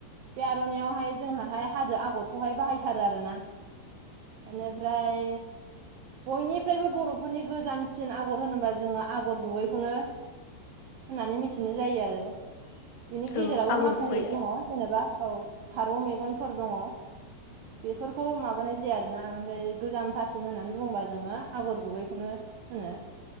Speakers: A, on the right (about 80°); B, on the left (about 75°).
A: बे आर'नाय आवगाय जों हाजो आग गरखौहाय बाहायथारो आरोना बेनिफ्राय बयनिफ्रायबो बर'फोरनि गोजाम सिन आगर होनोबा जोङो आगर गुबैखौनो होननानै मिथिनाय जायो आरो बिनि गेजेरावबो
B: औ आगर
A: माखासे
B: गुबै औ
A: दङ जेनेबा औ फारौ मेगनफोर दङ बेफोरखौ माबानाय जाया आरोना ओमफ्राय गोजामथासिन होननानै बुङोबा जोङो आगर गुबैखौनो होनो